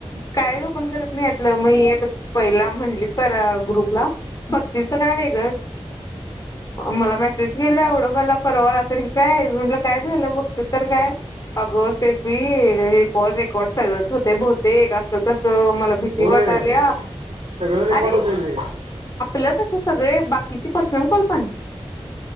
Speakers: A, on the left; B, on the right.
A: कायच ओपन करत नाही यातलं मग पहिला म्हणलीत पर ग्रुपला भक्तीच काय वेग च मला मेसेज केलं आवडं मला परवाला तर काय आहे म्हटलं काय झालं बघत तर काय अगो स एफी हे कॉल रेकॉर्ड सगळंच होते बहते असं तसं मला भीती
B: होय
A: वाटते
B: सगळं रेकॉर्ड
A: अरे
B: होते ते नाही
A: आपलं कस- सगळे बाकीचे पर्सनल कॉल पण?